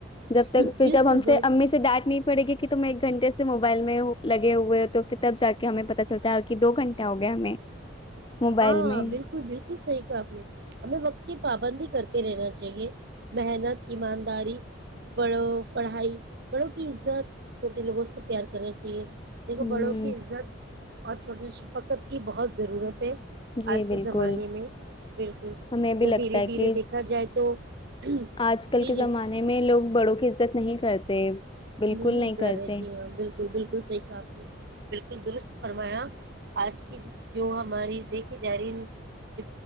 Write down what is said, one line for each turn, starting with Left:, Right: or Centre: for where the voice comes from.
Left: جب تک
Right: بالکل
Left: پھر ہم
Right: بس
Left: سے امی سے ڈاٹ نہیں پڑے گی کہ تم ایک گھنٹے سے موبائل میں لگے ہوئے ہو تو پھر تب جا کے ہمیں پتاچلتا ہے کہ دو گھنٹہ ہو گیا ہمیں موبائل
Right: ہاں
Left: میں
Right: بالکل بالکل صحیح کہا آپ نے ہمیں وقت کی پابندی کرتے تیرے رات جگے محنت ایماندار داری بڑوں پڑھائی بڑوں کی عزت چھوٹے لوگوں سے پیار کرنا چاہیے
Left: ہوں
Right: دیکھو بڑوں کی عزت اور چھوٹے شفقت کی بہت ضرورت ہے
Left: جی
Right: آج
Left: بالکل
Right: کے زمانے میں بالکل
Left: ہمیں بھی
Right: جو
Left: لگتا
Right: دھیرے
Left: ہے
Right: دھیرے
Left: کہ
Right: دیکھا جائے تو جی
Left: آج کل کے
Right: جی
Left: زمانے میں لوگ بڑوں کی عزت نہیں کرتے بالکل
Right: نہیں کر
Left: کرتے
Right: رہے جی ہاں بالکل بالکل صحیح کہا آپ نے بالکل درست فرمایا آج کی جو ہماری دیکھی جا رہی